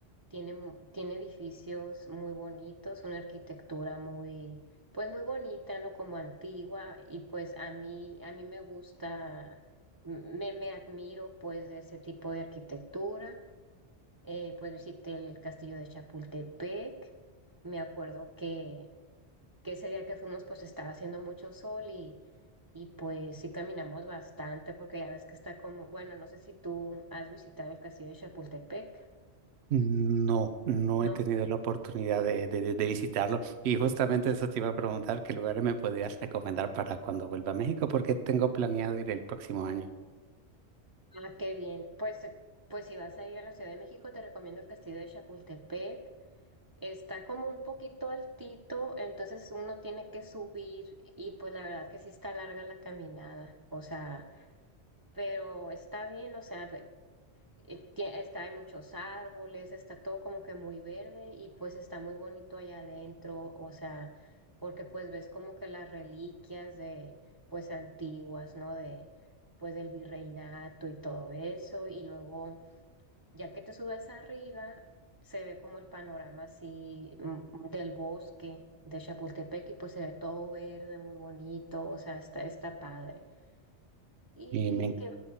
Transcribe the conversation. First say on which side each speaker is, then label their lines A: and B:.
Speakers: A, on the right; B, on the right.
A: Tiene, mu- tiene edificios muy bonitos, una arquitectura muy, pues muy bonita, ¿no? Como antigua. Y pues a mí, a mí me gusta, m- me, me admiro pues de ese tipo de arquitectura. Eh, pues visité el castillo de Chapultepec. Me acuerdo que, que ese día que fuimos pues estaba haciendo mucho sol y, y pues sí caminamos bastante porque ya ves que está como, bueno, no sé si tú has visitado el castillo de Chapultepec.
B: No, no
A: No,
B: he tenido la oportunidad de, de, de- de visitarlo y justamente eso te iba a preguntar, ¿qué lugares me podías recomendar para cuando vuelva a México? Porque tengo planeado ir el próximo año.
A: ah, qué bien. Pues, eh, pues si vas a ir a la Ciudad de México te recomiendo el castillo de Chapultepec. Está como un poquito altito, entonces uno tiene que subir y pues la verdad que sí está larga la caminada. O sea... pero está bien, o sea, ve- eh, tie- está, hay muchos árboles, está todo como que muy verde y pues está muy bonito allá adentro, o sea, porque pues ves como que las reliquias de, pues antiguas, ¿no? De, pues del virreinato y todo eso, y luego, ya que te subes arriba, se ve como el panorama así mm, del bosque. de Chapultepec y pues se ve todo verde, muy bonito, o sea, está, está padre. Y
B: Y me
A: qué